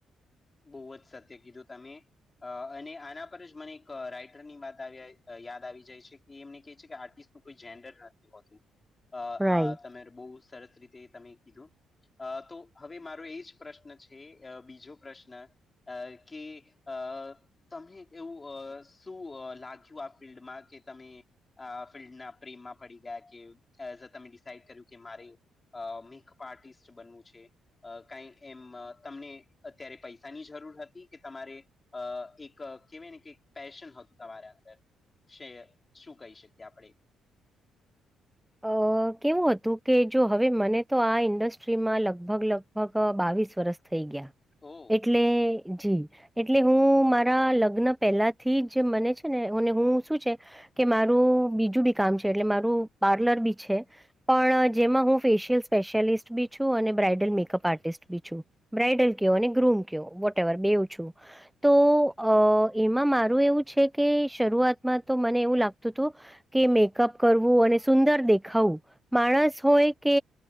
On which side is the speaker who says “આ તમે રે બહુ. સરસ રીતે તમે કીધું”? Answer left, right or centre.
Left